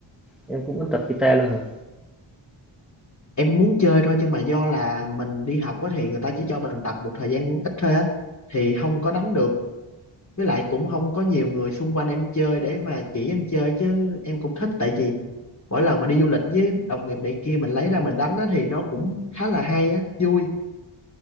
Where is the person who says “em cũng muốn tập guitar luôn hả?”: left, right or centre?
Centre